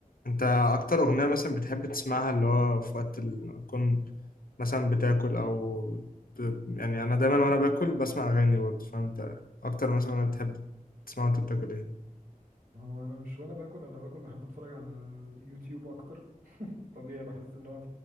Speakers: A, on the left; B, on the right.
A: انت اكتر اغنية مثلا بتحب تسمعها اللي هو في وقت ال- تكون مثلا بتاكل او ب... يعني انا دايما وانا باكل بسمع اغاني برضه فانت اكتر مثلا انا بتحب تسمع وانت بتاكل ايه
B: هو انا مش وانا باكل انا باكل بحب اتفرج على يوتيوب اكتر طبيعي بحس ان هو